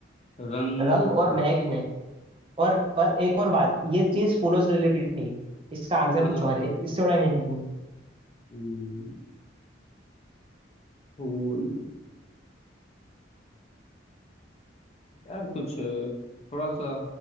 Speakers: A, on the left; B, on the right.
A: रंग
B: रंग
A: और
B: और महक नहीं और और एक और बात ये चीज फूलों से रिलेटेड नहीं है इसका आंसर
A: हाँ
B: कुछ
A: हाँ
B: और है इससे बड़ा हिंट नहीं
A: हम्म, फूल यार कुछ थोड़ा सा